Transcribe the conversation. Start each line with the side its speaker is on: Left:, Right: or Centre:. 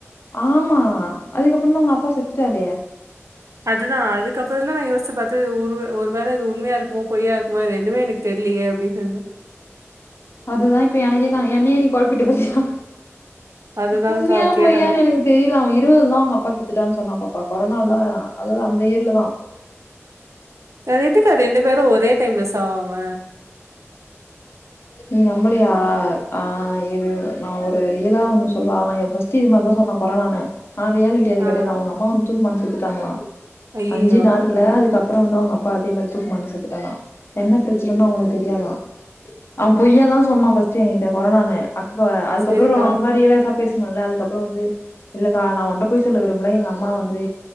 Left: ஆமா அதுக்கப்ரோ தா அவங்க அப்பா செத்துட்டாரே
Right: அதுதா அதுக்கப்புறதான யோசிச்சி பாத்து உருவ ஒரு வேல இது உண்மையா இருக்குமோ பொய்யா இருக்குமோ ரெரண்டுமே எனக் தெர்லயே அப்டின்னு
Left: அதுதா இப்ப எனக்கே க என்னயே நீ கொழப்பிட்ட பாத்தியா
Right: அதுதான்க்கா
Left: உண்மையா
Right: கேட்டேன்
Left: பொய்யான்னு
Right: நான்.
Left: எனக்கு தெரியல அவ இருவது தா அவங்க அப்பா செத்துட்டான்னு சொன்னா பாப்பா கொரோனால அதாவது அந்த இயர்ல தா
Right: அது எப்டிக்கா ரெண்டு பேரு ஒரே டைம்ல சாவாங்க
Left: நீ நம்பளயா ஆ இரு நா ஒரு இயலா ஒன்னு சொல்லுவா அவ எப்பஷ் தி இது மாரிதா சொன்னா கொரோனானு ஆன ரியாலிட்டி <unintelligible>
Right: ஆ.
Left: கெடையாதா அவங்க அம்மா வந்து தூக்கு மாட்டி செத்துட்டாங்களா
Right: ஐய்யயோ!
Left: அஞ்சி நாள் ல அதுக்கு அப்ரோ வந்து அவங்க அப்பா அதே மாதிரி தூக்குமாட்டி செத்துட்டாலா என்ன பிரச்சன்னனு அவங்களுக்கு தெரியாதா அவ பொய்யாதா சொன்னா பர்ஸ்ட் எகிட்ட கொரோனான்னு அக்கு அதுக்கப்ரோ
Right: சரிக்கா.
Left: ரொம்ப ரியல பேசுனோல அதுக்கப்ரோ வந்து இல்லக்கா நா ஒண்ட பொய் சொல்ல விரும்பல எங்க அம்மா வந்து